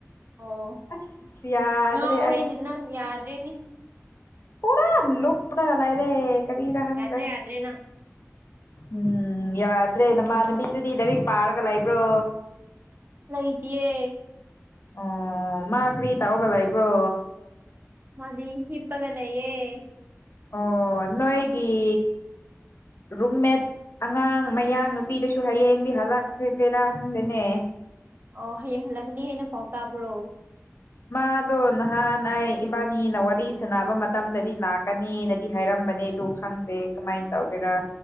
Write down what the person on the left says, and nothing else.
ꯑꯁ ꯌꯥꯗ꯭ꯔꯦ
ꯄꯨꯔꯥ ꯂꯨꯞꯔꯒ ꯂꯩꯔꯦ ꯀꯔꯤꯔ ꯈꯪꯗ꯭ꯔꯦ
ꯎꯝ ꯌꯥꯗ꯭ꯔꯦ ꯅꯃꯅꯕꯤꯗꯨꯗꯤ ꯂꯥꯏꯔꯤꯛ ꯄꯥꯔꯒ ꯂꯩꯕ꯭ꯔꯣ
ꯑꯣ ꯃꯥ ꯀꯔꯤ ꯇꯧꯔꯒ ꯂꯩꯕ꯭ꯔꯣ
ꯑꯣ ꯅꯣꯏꯒꯤ ꯔꯨꯝꯃꯦꯠ ꯑꯉꯥꯡ ꯃꯌꯥꯡ ꯅꯨꯄꯤꯗꯨꯁꯨ ꯍꯌꯦꯡꯗꯤ ꯍꯜꯂꯛꯈ꯭ꯔꯦꯒꯦꯔꯥ ꯈꯪꯗꯦꯅꯦ
ꯃꯥꯗꯣ ꯅꯍꯥꯟ ꯑꯩ ꯏꯕꯥꯅꯤꯅ ꯋꯥꯔꯤ ꯁꯥꯟꯅꯕ ꯃꯇꯝꯗꯗꯤ ꯂꯥꯛꯀꯅꯤꯅꯗꯤ ꯍꯥꯏꯔꯝ ꯕꯅꯦ ꯑꯗꯨ ꯈꯪꯗꯦ ꯀꯃꯥꯏꯅ ꯇꯧꯒꯦꯔꯥ